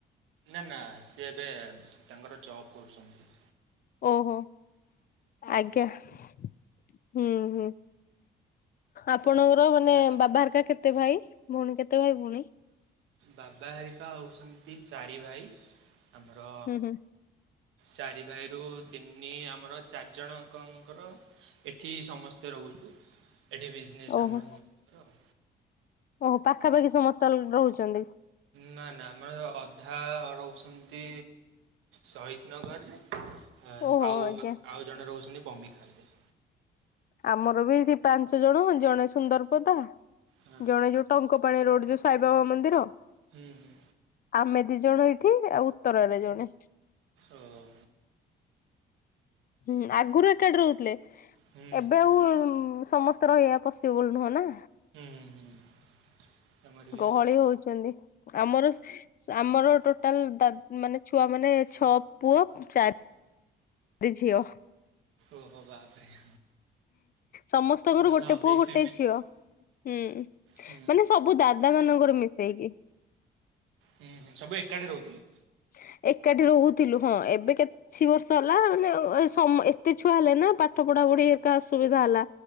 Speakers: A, on the right (about 85°); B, on the left (about 45°).
A: ନା ନା ସିଏ ଏବେ ତାଙ୍କର ଜବ କରୁଛନ୍ତି।
B: ଓହୋ ଆଜ୍ଞା। ହୁଁ ହୁଁ ଆପଣଙ୍କର ମାନେ
A: ହେଲେ
B: ବାବା ହେରିକା କେତେ ଭାଇ? ଭଉଣୀ କେତେ ଭାଇ ଭଉଣୀ?
A: ବାବା ହାରିକା ହେଉଛନ୍ତି ଚାରି ଭାଇ। ଆମର
B: ହୁଁ ହୁଁ
A: ଚାରି ଭାଇରୁ ତିନି ଆମର ଚାରି ଜଣକଙ୍କର ଏଠି ସମସ୍ତେ ରହୁଚୁ ଏଠି ବିଜନେସ୍
B: ଓହୋ
A: ଆମ ସମସ୍ତଙ୍କର।
B: ଓହୋ ପାଖାପାଖି ସମସ୍ତେ ଲ ରହୁଛନ୍ତି।
A: ନା ନା ଆମର ଅଧା ରହୁଛନ୍ତି ଶହିଦନଗରରେ ଆ
B: ଓହୋ
A: ଆଉ
B: ଆଜ୍ଞା।
A: ଆଉ ଜଣେ ରହୁଛନ୍ତି ବମିଖାଲରେ।
B: ଆମର ବି ଏଠି ପାଞ୍ଚ ଜଣ ଜଣେ ସୁନ୍ଦରପଦା
A: ହଁ
B: ଜଣେ ଯୋଉ ଟଙ୍କ ପାଣି ରୋଡ଼ ଯୋଉ ସାଇବାବା ମନ୍ଦିର
A: ହୁଁ ହୁଁ
B: ଆମେ ଦି ଜଣ ଏଇଠି ଆଉ ଉତ୍ତରାରେ ଜଣେ।
A: ଓହୋ।
B: ହୁଁ ଆଗରୁ ଏକାଠି ରହୁଥିଲେ।
A: ହୁଁ
B: ଏବେ ଆଉ ଉଁ ସମସ୍ତେ ରହିବା ପସିବୁଲ ନୁହଁ ନା।
A: ହୁଁ ହୁଁ। ତମର ବି
B: ଗହଳି
A: ସେ
B: ହଉଛନ୍ତି ଆମର ଆମର ଟୋଟାଲ ଦାଦ ମାନେ ଛୁଆ ମାନେ ଛଅ ପୁଅ ଚାରି ରି ଝିଅ।
A: ଓହୋଃ ବାପରେ।
B: ସମସ୍ତଙ୍କର
A: ଭଲ
B: ଗୋଟେ ପୁଅ
A: ବିଗ୍
B: ଗୋଟେ
A: ଫ୍ୟାମିଲି।
B: ଝିଅ। ହୁଁ
A: ହୁଁ
B: ମାନେ ସବୁ ଦାଦା ମାନଙ୍କର ମିଶେଇକି।
A: ହୁଁ ହୁଁ ସବୁ ଏକାଠି ରହୁଥିଲେ।
B: <inaudible> ଏକାଠି ରହୁଥିଲୁ ହଁ ଏବେ କିଛି ବର୍ଷ ହେଲା ମାନେ ଅ ସମ୍ ଏତେ ଛୁଆ ହେଲେ ନା ପାଠ ପଢା ପଢି ଏକା ଅସୁବିଧା ହେଲା